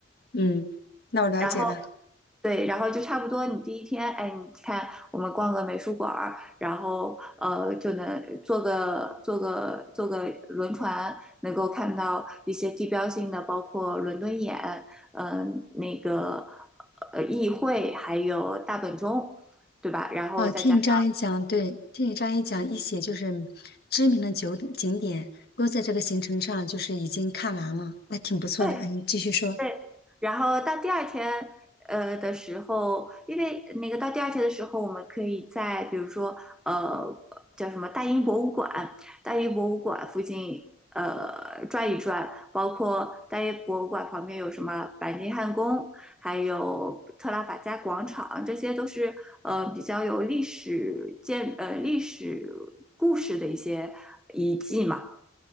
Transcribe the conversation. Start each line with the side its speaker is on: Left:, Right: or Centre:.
Left: 嗯，那我了解了。
Centre: 然后对，然后就差不多你第一天，哎，你看我们逛个美术馆儿，然后呃就能坐个坐个坐个轮船，能够看到一些地标性的，包括伦敦眼，嗯、那个呃议会，还有大本钟，对吧？然后再加上。
Left: 哦，听你这样一讲，对，听你这样一讲，一些就是知名的酒景点都在这个行程上，就是已经看完了，那挺不错的。
Centre: 对。
Left: 啊，你继续说。
Centre: 对，然后到第二天，呃的时候，因为那个到第二天的时候，我们可以在比如说，呃，叫什么大英博物馆，大英博物馆附近，呃，转一转，包括大英博物馆旁边有什么白金汉宫，还有特拉法加广场，这些都是呃比较有历史建，呃历史故事的一些遗迹嘛。